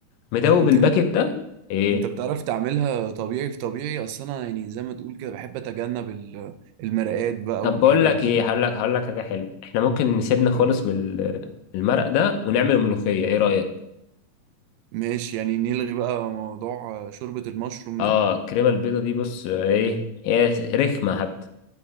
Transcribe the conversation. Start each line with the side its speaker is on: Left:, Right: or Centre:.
Left: مدوب
Right: انت
Left: الباكيت
Right: انت
Left: ده إيه،
Right: انت بتعرف تعملها طبيعي في طبيعي اصل انا يعني زي ما تقول كده بحب اتجنب ال- المرقات بقى
Left: طب
Right: والحاجات
Left: بقول لك
Right: دي
Left: ايه هقول لك هقول لك حاجه حلوه احنا ممكن نسيبنا خالص
Right: قولي.
Left: من ال- المرق ده ونعمل الملوخيه ايه رايك
Right: ماشي يعني نلغي بقى موضوع آه، شوربة المشروم
Left: اه
Right: ده
Left: الكريمه البيضه دي بص آه، ايه هي رخمه حتى